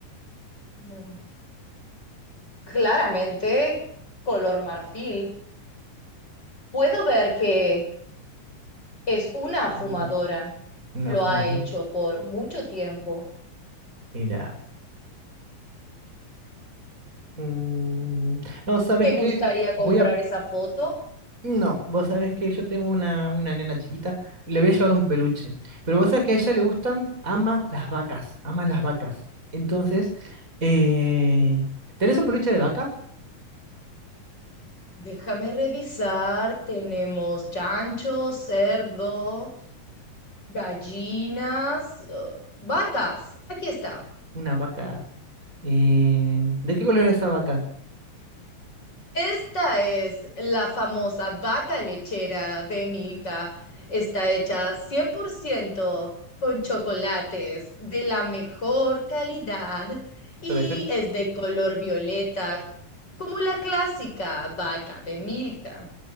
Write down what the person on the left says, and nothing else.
Mm, Claramente, color marfil. Puedo ver que Es una
fumadora,
lo
ha hecho por mucho tiempo.
¿Te gustaría
comprar
esa foto?
Déjame revisar, tenemos chancho, cerdo, gallinas, eh, vacas. Aquí está.
Esta es la famosa vaca lechera de Milka. Está hecha 100% con chocolates de la mejor calidad y
es de color violeta, como la clásica vaca de Milka.